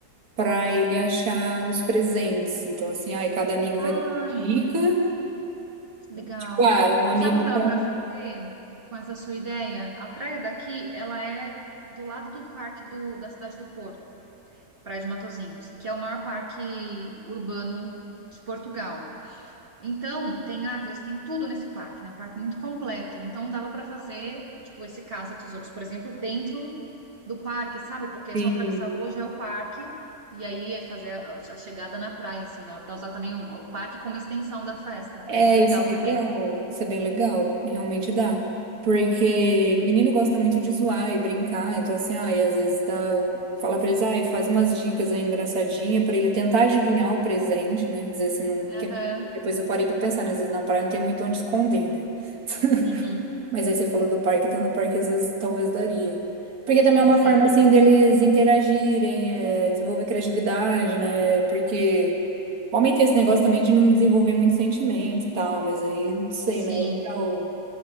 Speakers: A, on the right; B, on the right.
A: pra ele achar os presentes. Então, assim, ai, cada amigo
B: Ai,
A: vai dar uma dica.
B: legal.
A: Tipo, ah, um amigo
B: Sabe o que dava
A: com.
B: para fazer com essa sua ideia? A praia daqui, ela é do lado do parque do, da cidade do Porto. Praia de Matozinhos, que é o maior parque urbano de Portugal. Então, tem árvores, tem tudo nesse parque, né? Um parque muito completo. Então, dava para fazer, tipo, esse caça-tesouros, por exemplo, dentro do parque, sabe? Porque é
A: Sim.
B: só atravessar a rua, já é o parque. E aí, é fazer a a chegada na praia, assim, dava para usar também o, o parque como extensão da festa.
A: É,
B: Ia ser legal
A: isso é legal.
B: também.
A: Isso é bem legal. Realmente dá. Porque menino gosta muito de zoar e brincar. Então, assim, ai, às vezes dá. Fala pra eles, ai, faz umas dicas aí engraçadinha pra ele tentar adivinhar o presente, né? Às vezes você não.
B: Aham.
A: quer- Depois eu parei pra pensar, né? Às vezes na praia não tem muito onde esconder, né? <laughs>
B: Uhum.
A: Mas aí você falou do parque, então no parque às vezes talvez daria. Porque também
B: Sim,
A: é uma
B: sim.
A: forma assim deles interagirem, é, desenvolver criatividade, né? Porque homem tem esse negócio também de não desenvolver muito sentimento e tal, mas aí, não sei,
B: Sim.
A: né? É legal